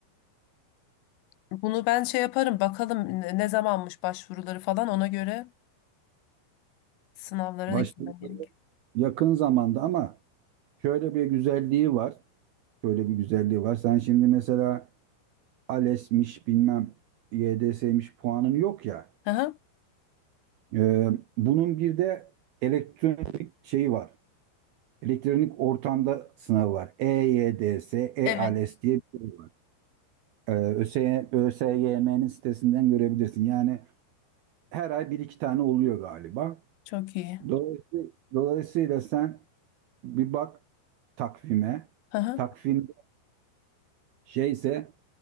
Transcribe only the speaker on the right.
Başladığı
yakın zamanda ama şöyle bir güzelliği var. Böyle bir güzelliği var. Sen şimdi mesela ALES'miş bilmem YDS'miş puanın yok ya.
Ee, bunun bir de elektronik şeyi var. Elektronik ortamda sınavı var. E-YDS, E-ALES
diye bir şey var. Ee, ÖSY, ÖSYM'nin sitesinden görebilirsin. Yani her ay bir iki tane oluyor galiba.
Dolayısıyla, dolayısıyla sen bir bak takvime.
Takvimde şeyse